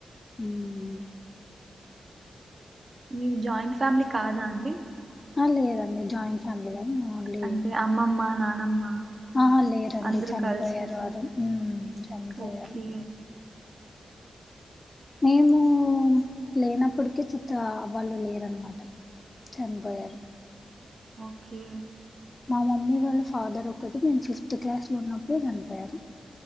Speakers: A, on the left; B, on the right.
A: ఉమ్
B: మీది జాయింట్ ఫ్యామిలీ కాదా అండి
A: లేదండి జాయింట్ ఫ్యామిలీ కాదు మేము ఓన్లీ
B: అంటే అమ్మమ్మ నానమ్మ
A: ఆహా లేరండి
B: అందరూ
A: చనిపోయారు
B: కలిసి ఉండరా
A: వారు మ్మ్ చనిపోయారు
B: ఓకే
A: మేము లేనప్పటికీ చిత్త వాళ్ళు లేరనమాట చనిపోయారు
B: ఓకే
A: మా మమ్మీ వాళ్ళఫాదర్ ఒకటి నేను ఫిఫ్త్ క్లాస్ లో ఉన్నప్పుడు చనిపోయారు